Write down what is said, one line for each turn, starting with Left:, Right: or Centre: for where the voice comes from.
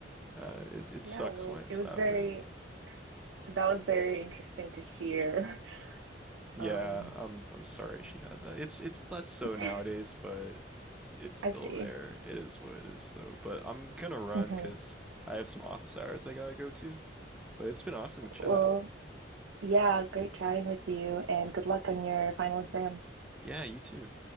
Centre: Uh, it it
Right: Yeah,
Centre: sucks
Right: well,
Centre: when it's
Right: it was
Centre: that
Right: very,
Centre: way.
Right: that was very interesting to hear. <laughs>
Centre: Yeah,
Right: Um,
Centre: I'm I'm sorry she had that. It's it's less so
Right: <laughs>
Centre: nowadays,
Right: I
Centre: but it's still
Right: see.
Centre: there. It is what it is, though. But I'm gonna run
Right: hmm
Centre: because I have some office hours I gotta go to. But it's been awesome to chat.
Right: Well, yeah, great chatting with you and good luck on your final exams.
Centre: Yeah, you too.